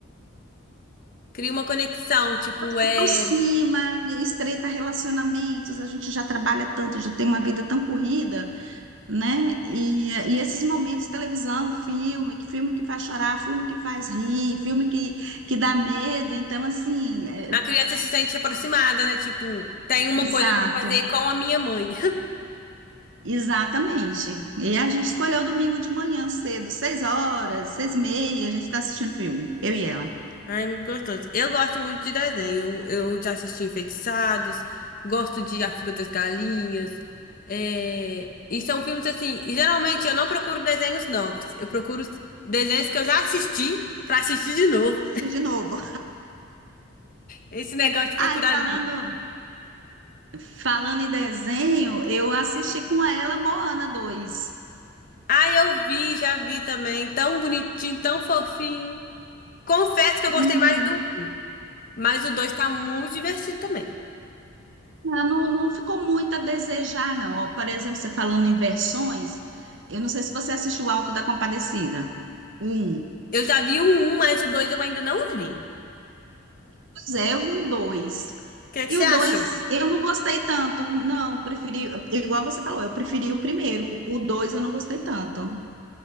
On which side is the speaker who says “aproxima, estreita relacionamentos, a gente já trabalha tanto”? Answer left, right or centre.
Right